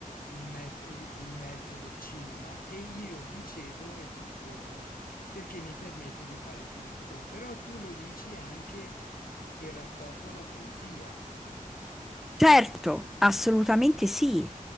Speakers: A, on the left; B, in the centre.
A: il, me- il mezzo del cinema e io dicevo e dico perché mi permette di fare tutto, però tu lo dici anche in rapporto alla poesia.
B: Certo, assolutamente sì.